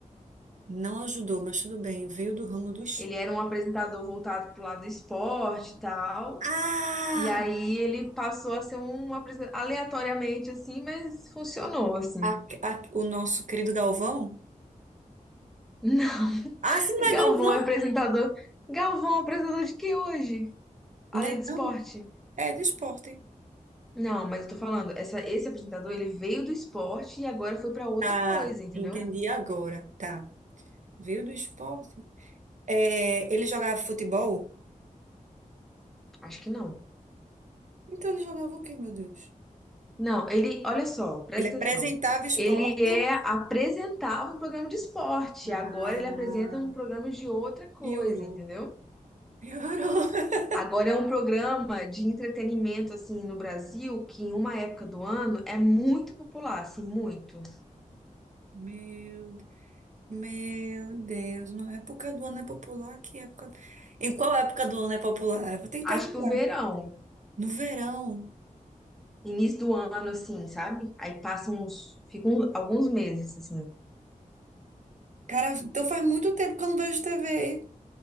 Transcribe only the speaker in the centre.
Ele era um apresentador voltado pro lado do esporte e tal.
E aí ele passou a ser um apresentador aleatoriamente assim, mas funcionou assim.
<laughs> Não,
Galvão
é apresentador. Galvão é um apresentador de que hoje? Além
do esporte?
Não, mas eu tô falando, essa, esse apresentador, ele veio do esporte e agora foi pra outra
coisa, entendeu?
Acho que não.
Não, ele, olha só, presta
atenção.
Ele é apresentava um programa de esporte,
agora ele apresenta um programa de outra coisa,
entendeu?
Agora é um programa de entretenimento assim no Brasil que em uma época do ano é muito popular, assim, muito.
Acho
que o verão,
início do ano assim, sabe? Aí passam uns, ficam alguns meses assim.